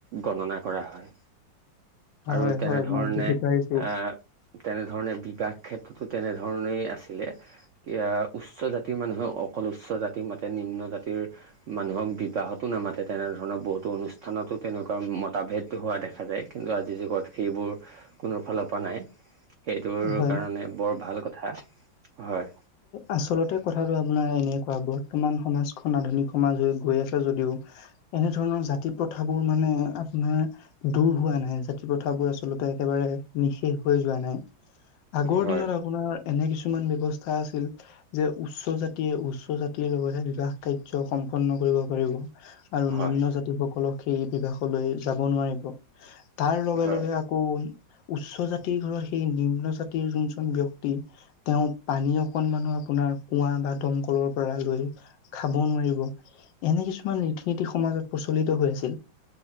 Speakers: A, on the right (about 85°); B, on the left (about 80°).
A: গণনা কৰা হয়। আৰু
B: হয়
A: তেনেধৰণে
B: হয় মই বুজি পাইছো
A: অহ তেনেধৰণে বিবাহ ক্ষেত্ৰতো তেনেধৰণেই আছিলে ইয়াত উচ্চ জাতি মানুহক অকল উচ্চ জাতিক মাতে নিম্ন জাতিৰ মানুহক বিবাহতো নামাতে তেনেধৰণৰ বহুতো অনুষ্ঠানতো তেনেকোৱা মতাভেদ হোৱা দেখা যায় কিন্তু আজিৰ যুগত সেইবোৰ কোনো ফালৰ পৰা নাই সেইটোৰ
B: হয়।
A: কাৰণে বৰ ভাল কথা হয়
B: আচলতে কথাটো আপোনাৰ এনেকোৱা বৰ্তমান সমাজখন আধুনিক সমাজ হৈ গৈ আছে যদিও এনেধৰণৰ জাতি প্ৰথাবোৰ মানে আপোনাৰ দূৰ হোৱা নাই জাতি প্ৰথাবোৰ আচলতে গোটে একেবাৰে নিঃশেষ হৈ যোৱা নাই আগৰ
A: হয়
B: দিনত আপোনাৰ এনে কিছুমান ব্যৱস্থা অৱস্থা আছিল যে উচ্চ জাতিয়ে উচ্চ জাতিৰ লগতহে বিবাহ কাৰ্য সম্পন্ন কৰিব পাৰিব। আৰু
A: হয়
B: নিম্ন জাতি সকলক সেই বিবাহলৈ যাব নোৱাৰিব তাৰ লগে
A: হয়
B: লগে আকৌ উচ্চ জাতিৰ ঘৰত সেই নিম্ন জাতিৰ যোনজন ব্যক্তি তেওঁ পানী অকনমানো আপোনাৰ কুঁৱা বা দমকলৰ পৰা লৈ খাব নোৱাৰিব এনে কিছুমান ৰীতি নীতি সমাজত প্ৰচলিত হৈ আছিল